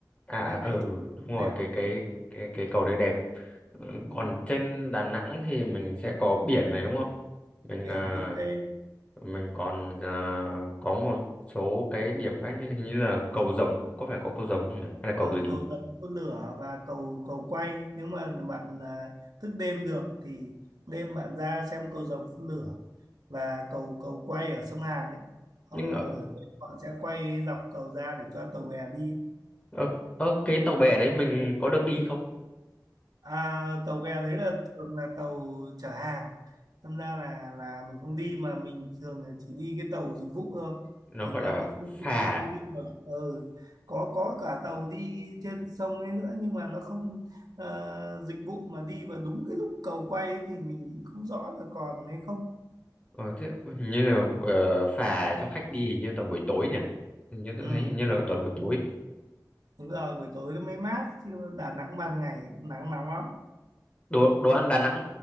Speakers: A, on the left (about 20°); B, on the right (about 65°).
A: à
B: Bạn
A: à,
B: lên đấy
A: ờ ừ,
B: chụp ảnh cũng
A: đúng rồi
B: đẹp
A: cái
B: ừ.
A: cái cái cái cầu đấy đẹp Ừ,
B: Ừ.
A: còn trên Đà Nẵng thì mình sẽ có biển này đúng không mình
B: biển
A: à,
B: Mỹ Khê
A: mình còn à, có một số cái điểm khác như hình như là cầu Rồng có phải có cầu Rồng không nhỉ hay là
B: ờ,
A: cầu gì
B: cầu dần phun lửa và cầu cầu quay nếu mà bạn à, thức đêm được thì đêm bạn ra xem cầu rồng phun lửa và cầu cầu quay ở sông Hàn ấy họ
A: nhưng ở,
B: nửa đêm họ sẽ quay dọc cầu ra để cho tàu bè đi
A: ở, ở cái tàu bè đấy mình có được đi không
B: à, tàu bè đấy là thường là tàu chở hàng Thành ra là là mình không đi mà mình thường là chỉ đi cái tàu dịch vụ thôi
A: nó
B: thì
A: gọi
B: nó
A: là
B: lại không
A: phà
B: đi
A: à?
B: không đi được ừ. có có cả tàu đi trên sông ấy nữa nhưng mà nó không ờ, dịch vụ mà đi vào đúng cái lúc cầu quay ấy thì mình không rõ là còn hay không
A: Ờ, thế hình như là ờ, phà cho khách đi hình như toàn buổi tối nhỉ hình như
B: ừ.
A: tôi thấy hình như là toàn buổi tối
B: Đúng rồi, buổi tối nó mới mát chứ Đà Nẵng ban ngày cũng nắng nóng lắm.
A: đồ đồ ăn Đà Nẵng